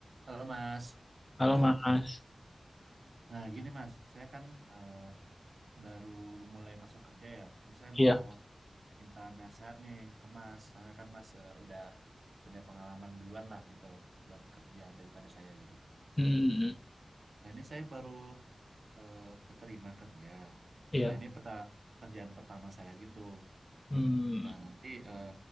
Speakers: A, on the right; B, on the left.
A: Halo Mas.
B: Halo
A: <clears throat>
B: Mas.
A: Nah gini Mas, saya kan eh, baru mulai masuk kerja ya. Ini saya
B: Iya.
A: mau minta nasihat nih ke Mas. Soalnya kan Mas eh, udah punya pengalaman duluan lah gitu buat kerja daripada saya gitu.
B: Hmm,
A: Nah ini saya baru eh, keterima kerja.
B: iya.
A: Nah ini perta- kerjaan pertama saya gitu.
B: Hmm,
A: Nah nanti eh,